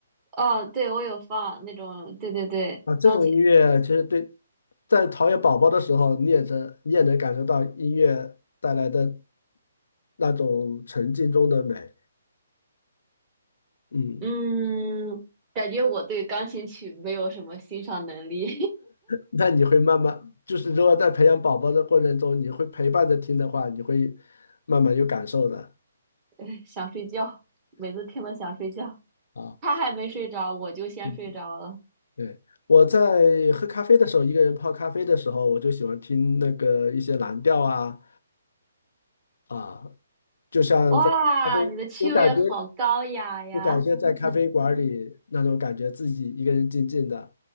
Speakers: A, on the right (about 25°); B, on the left (about 70°).
A: 哦，对，我有放那种，对对对，
B: 啊。这种音乐其实对，
A: 钢琴，
B: 在陶冶宝宝的时候，你也能你也能感受到音乐带来的那种沉浸中的美。嗯。
A: 嗯，感觉我对钢琴曲没有什么欣赏能力，
B: 那你会慢慢，就是如果在培养宝宝的过程中，你会陪伴着听的话，你会慢慢有感受的
A: <laughs> 哎想睡觉，每次听了想睡觉，
B: 啊。
A: 他还没睡着，我就先睡着了。
B: 嗯对，我在喝咖啡的时候，一个人泡咖啡的时候，我就喜欢听那个一些蓝调啊啊，就像在咖啡有感觉，
A: 哇，你的趣味好高雅呀！
B: 就感觉在咖啡馆里那种感觉，
A: <laughs> 嗯
B: 自己一个人静静的。